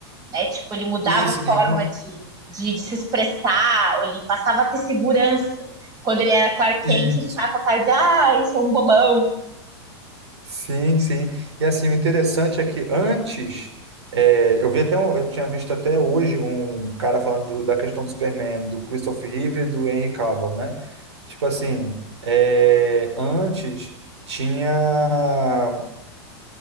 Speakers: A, on the right (about 30°); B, on the right (about 90°).
A: né? Tipo, ele mudava
B: isso,
A: a forma
B: e uma-
A: de, de, de se expressar, ele passava a ter segurança. Quando ele era Clark
B: isso.
A: Kent, ficava com a cara de, ah, eu sou um bobão.
B: Sim, sim. E assim, o interessante é que antes, é, eu vi até, um- eu tinha visto até hoje um cara falando do- da questão do Superman, do Christopher Reeve e do Henry Cavill, né? Tipo assim, é, antes tinha